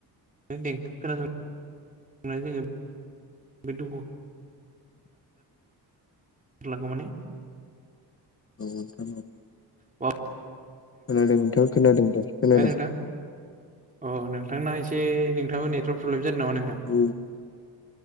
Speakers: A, on the right; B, on the left.
A: देंखो खोनासं ङो बे दुखु लाखौ माने
B: औ नोंथां औ
A: बावगारनो
B: खोनादों नोंथां खोनादों दासो खोनादों
A: हो नोंथां अ नोंथांना एसे नोंथाङाबो नेटवारक प्रब्लेम जादो नामा नोंथां
B: औ